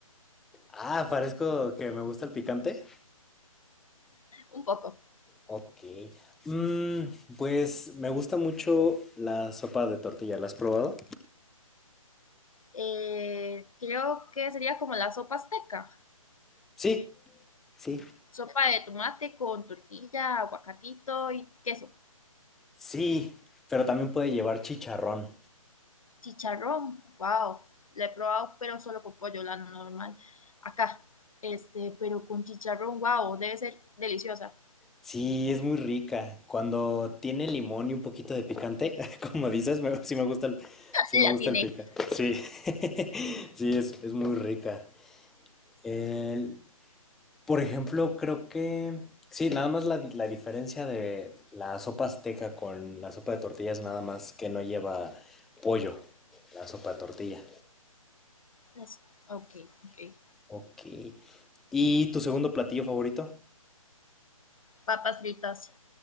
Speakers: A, in the centre; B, on the left.
A: Ah, parezco que me gusta el picante.
B: un poco.
A: Ok. Mm, pues me gusta mucho la sopa de tortilla. ¿La has probado?
B: Eh, creo que sería como la sopa azteca.
A: Sí, sí,
B: Sopa de tomate con tortilla, aguacatito y queso.
A: sí. Pero también puede llevar chicharrón.
B: Chicharrón, wow, la he probado, pero solo con pollo, la normal. Acá, este, pero con chicharrón, wow, debe ser deliciosa.
A: Sí, es muy rica. Cuando tiene limón y un poquito de picante, <laughs> como dices, me- sí me gusta el, sí
B: La
A: me gusta
B: atiné.
A: el pica. Sí, <laughs> sí, es, es muy rica. El- por ejemplo, creo que... Sí, nada más la, di- la diferencia de la sopa azteca con la sopa de tortillas, nada más que no lleva pollo, la sopa de tortilla.
B: Las- Ok, ok.
A: Ok. ¿Y tu segundo platillo favorito?
B: Papas fritas.